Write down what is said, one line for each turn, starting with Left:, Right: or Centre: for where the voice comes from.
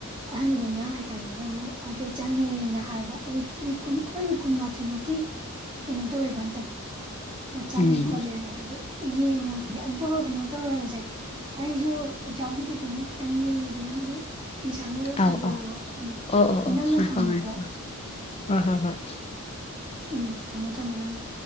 Right: ꯑꯍꯟꯒꯩꯅ ꯍꯥꯏ ꯀꯥꯟꯗꯅ ꯑꯃꯨꯛ ꯑꯗꯩ ꯆꯥꯅꯩꯌꯦꯅ ꯍꯥꯏꯕ ꯋ ꯋꯤꯛ ꯀꯨꯟ ꯑꯩꯈꯣꯏ ꯋꯤꯛ ꯀꯨꯟꯃꯥꯊꯣꯏꯃꯨꯛꯀꯤ ꯀꯩꯅꯣ ꯇꯧꯋꯦꯕ ꯍꯟꯇꯛꯇꯣ ꯑꯥ ꯆꯥꯅꯩ
Left: ꯎꯝ
Right: ꯈꯣꯠꯂꯦꯅ ꯍꯥꯏ ꯑꯗꯨꯏ ꯌꯦꯡꯉꯒꯦ ꯑꯗꯨꯒ ꯀꯩꯅꯣ ꯇꯧꯔꯒꯁꯦ ꯑꯩꯁꯨ ꯑꯦꯛꯖꯥꯝꯒꯤ ꯀꯩꯀꯩꯅꯣ ꯈꯤꯇꯪ ꯌꯦꯡꯈꯤꯒꯦ ꯅꯪꯁꯨ ꯐꯤ ꯁꯥꯅꯤ ꯗꯣ
Left: ꯑꯧ
Right: ꯁꯥꯖꯔꯣ ꯑꯗꯨ
Left: ꯑꯧ ꯑꯣ ꯑꯣ
Right: ꯅꯪꯅ ꯊꯝꯃꯨꯀꯣ
Left: ꯑꯣ ꯉꯥꯏꯈꯣ ꯉꯥꯏꯈꯣ ꯍꯣꯏ ꯍꯣꯏ ꯍꯣꯏ
Right: ꯎꯝ ꯊꯝꯃꯣ ꯊꯝꯃꯣ ꯅꯪꯅ